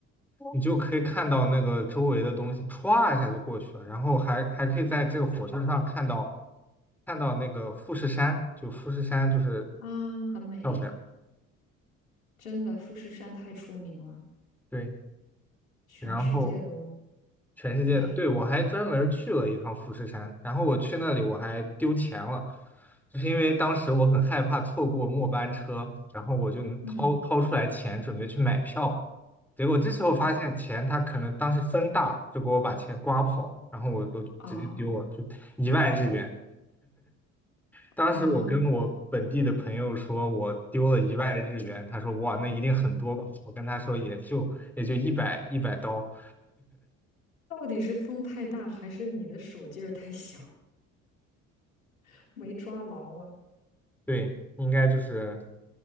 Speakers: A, in the centre; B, on the left.
A: 你就可以看到那个周围的东西歘一下就过去了，然后还还可以在这个火车上看到看到那个富士山，就富士山就是
B: 啊，那很美，
A: 漂亮，
B: 真的，富士山太出名了，
A: 对，
B: 全世界都，
A: 然后全世界的，
B: 哎，
A: 对，我还专门儿去了一趟富士山，然后我去那里我还丢钱了，就是因为当时我很害怕错过末班车，然后我就掏掏出来钱准备去买票，
B: 嗯。
A: 结果这时候发现钱他可能当时风大，
B: 哦。
A: 就给我把钱刮跑了，然后我我就直接丢了，
B: 啊
A: 就一万日元。当时我跟我本地的朋友说，
B: 啊！
A: 我丢了一万日元，他说哇，那一定很多吧？我跟他说也就也就一百一百刀。
B: 到底是风太大，还是你的手劲儿太小，<laughs> 没抓牢啊？
A: 对，应该就是